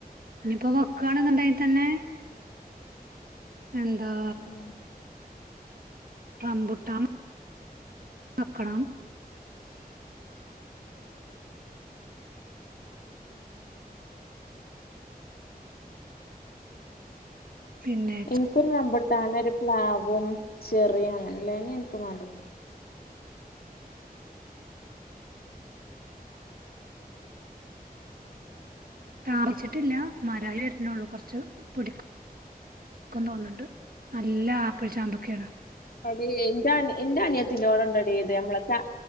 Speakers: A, on the right; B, on the left.
A: ഇനിയിപ്പോ വെക്കാണ്ന്ന്ണ്ടെങ്കി തന്നെ എന്താ
B: ഉം
A: റമ്പുട്ടാൻ വെക്കണം പിന്നെ
B: ഇൻക്കൊരു റംബുട്ടാനും ഒരു പ്ലാവും ചെറിയും അങ്ങനെല്ലന്നെ ഇൻക്കും വേണ്ടത്
A: കാഴ്ച്ചിട്ടില്ല മരായി വര്ണൊള്ളൂ കുറച്ച് പിടിക്കും ഇൻക്കും തോന്നുണ്ട് നല്ല ആപ്പിൾ ചാമ്പക്കെയാണ്
B: അതേയ് ഇന്റെ ഇന്റെ അനിയത്തിന്റെവ്ടെ ഇണ്ടെടീ ഇത് ഞമ്മളെ ക്യാ